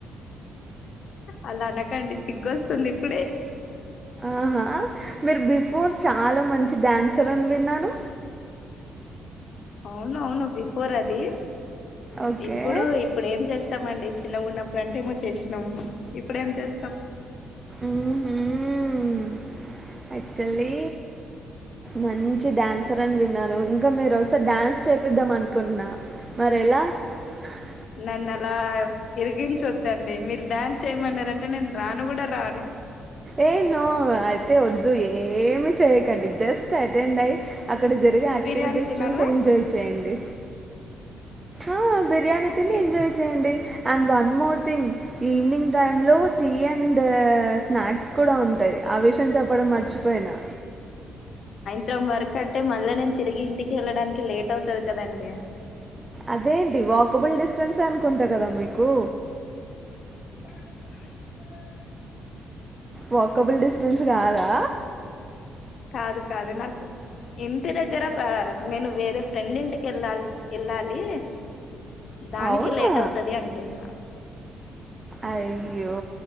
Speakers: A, on the left; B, on the right.
A: అలా అనకండి సిగ్గొస్తుంది ఇప్పుడే
B: ఆహా మీరు బిఫోర్ చాలా మంచి డాన్సర్ అని విన్నాను.
A: అవునవును బిఫోర్ అది
B: ఓకే
A: ఇప్పుడు ఇప్పుడేం చేస్తామండి. చిన్నగునప్పుడు అంటే ఏమో చేసినం ఇప్పుడేం చేస్తాం.
B: మ్.... ఆక్చువలీ మంచి డ్యాన్సర్ అని విన్నాను. ఇంకా మీరొస్తే డ్యాన్స్ చేపిద్దాం అన్కున్న మరెలా <unintelligible>
A: నన్నలా ఇరికించొద్దండి మీర్ డ్యాన్స్ చేయమన్నరాంటే నేన్ రాను గుడా రాను.
B: ఏ నో అయితే వద్దు ఏమి చేయకండి జస్ట్ అటెండ్ అయి అక్కడ జరిగే యాక్టివిటీస్
A: బిర్యానీ తినాలా
B: చూసి ఎంజాయ్ చేయండి. ఆ బిర్యానీ
A: ఓకే
B: తిని ఎంజాయ్ చేయండి. And one more thing evening టైమ్లో టీ అండ్ స్నాక్స్ కూడా ఉంటయి. ఆ విషయం చెప్పడం మర్చిపోయినా
A: త్రం వర్క్ అంటే మళ్ళ నేన్ తిరిగి ఇంటికి ఎళ్ళడానికి లేట్ అవుతది కదండి.
B: అదేంటి వాకబుల్ డిస్టెన్సే అనుకుంటా కదా మీకు
A: <unintelligible>
B: వాకబుల్ డిస్టెన్స్ కాదా
A: కాదు కాదు నాకు ఇంటి దగ్గర వా నేను వేరే ఫ్రెండ్ ఇంటికి ఎళ్ళల్సి ఎళ్ళాలి. దానికి
B: అవునా
A: లేట్ అవుతది అంటున్న.
B: అయ్యో